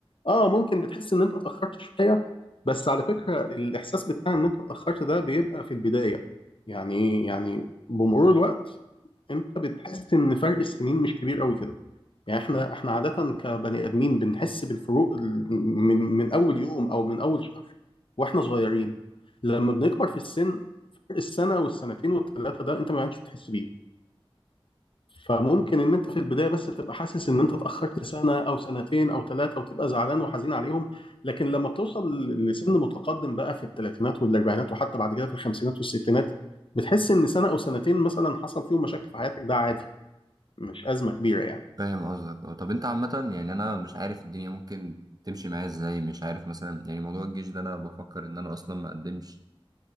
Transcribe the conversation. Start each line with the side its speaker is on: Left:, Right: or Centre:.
Left: اه ممكن بتحس ان انت اتاخرت شويه بس على فكره الاحساس بتاع ان انت اتاخرت ده بيبقى في البدايه يعني يعني بمرور الوقت انت بتحس ان فرق السنين مش كبير قوي كده يعني احنا احنا عادة كبني ادمين بنحس بالفروق ال- من من اول يوم او من اول شهر واحنا صغيرين لما بنكبر في السن فرق السنة والسنتين والثلاثة ده انت ما عادش بتحس بيه فممكن ان انت في البداية بس تبقى حاسس ان انت اتأخرت سنة او سنتين او ثلاثة وتبقى زعلان وحزين عليهم لكن لما بتوصل ل- لسن متقدم بقى في الثلاثينات والاربعينات وحتى بعد كده في الخمسينات والستينات بتحس ان سنة او سنتين مثلا حصل فيهم مشاكل في حياتك ده عادي مش أزمة كبيرة يعني
Right: فاهم قصدك اه طب انت عامة يعني انا مش عارف الدنيا ممكن تمشي معايا ازاي مش عارف مثلا يعني موضوع الجيش ده انا بفكر ان انا اصلا ما اقدمش